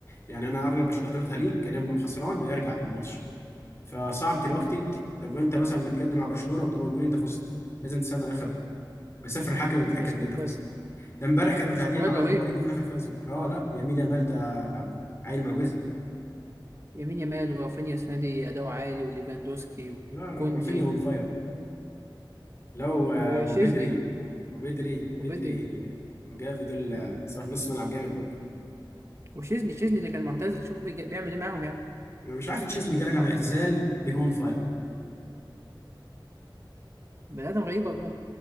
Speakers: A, on the left (about 30°); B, on the right (about 35°).
A: يعني انا اغلب ماتشات حضرتها ليه كان يبقى خسران ويرجع في الماتش فصعب دلوقتي
B: مم.
A: ت- طب انت مثلا متقدم مع برشلونة وطب تقول انت فزت لازم تستنى الاخر مسافر الحكم متأكد
B: اسكواد
A: ان انت فزت ده امبارح كانوا متعادلين
B: اسكواد
A: مع بلد
B: رهيب
A: الوليد وفي الاخر فازوا اه لا يمين يامال ده عيل معجزي
B: يمين يامال ورافينيا السنه دي اداؤه عالي وليفاندوسكي
A: لا لا،
B: وكوندي
A: رافينيا اون فاير لو آه،
B: وشيزني
A: وبدري وبدري بدري
B: وبدي
A: وجافي دول آه،
B: آه.
A: صراحة نص ملعب جامد برضه
B: وشيزني شيزني اللي كان معتزل شوف بيج- بيعمل ايه معاهم يعني
A: انا مش عارف تشيزني جالك على اعتزال بيجون فاير
B: بني ادم غريب والله